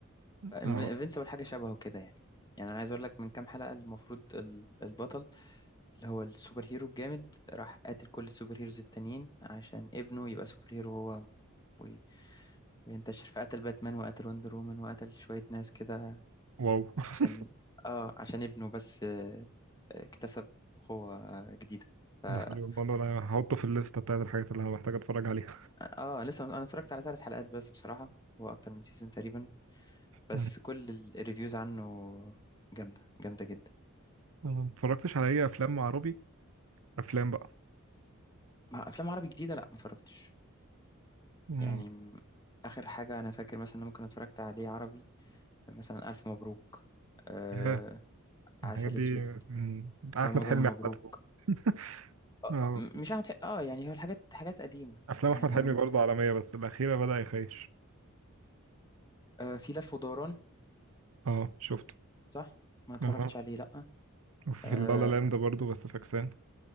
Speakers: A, on the right; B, on the left.
A: آه.
B: انفينسيبل
A: آه،
B: حاجة شبهه كده يعني يعني أنا عايز أقول لك من كام حلقة المفروض ال- البطل اللي هو السوبر هيرو الجامد راح قاتل كل السوبر هيروز التانيين عشان ابنه يبقى سوبر هيرو هو وي- وينتشر فقتل باتمان وقتل وندر وومن وقتل شوية ناس كده
A: واو <laughs>
B: عشان آه عشان ابنه بس آه، اكتسب قوة جديدة فأنا
A: ده حلو الموضوع ده هحطه في الليستة بتاعت الحاجات اللي أنا محتاج أتفرج عليها
B: آه لسه أنا اتفرجت على ثلاث حلقات بس بصراحة هو أكتر من سيزون تقريبا بس
A: مم.
B: كل الريفيوز عنه جامدة جامدة جدا
A: أنا ما اتفرجتش على اي افلام عربي افلام بقى
B: ما أفلام عربي جديدة لأ ما اتفرجتش
A: مم.
B: يعني م- آخر حاجة أنا فاكر مثلا إن ممكن اتفرجت عليه عربي مثلا ألف مبروك آه
A: ياه
B: عسل
A: الحاجات دي
B: أسود
A: مم. احمد
B: رمضان
A: اه حلمي
B: مبروك
A: عامه <laughs>
B: آه
A: اه
B: م- مش عارف اه يعني هو الحاجات حاجات قديمة
A: افلام
B: يعني
A: احمد
B: ما
A: حلمي برضه عالميه بس الاخيره بدا يخيش
B: آه في لف ودوران
A: اه شفته
B: صح ما اتفرجتش
A: اه
B: عليه لأ
A: وفي
B: آه
A: اللا لا لاند برضه بس فاكسان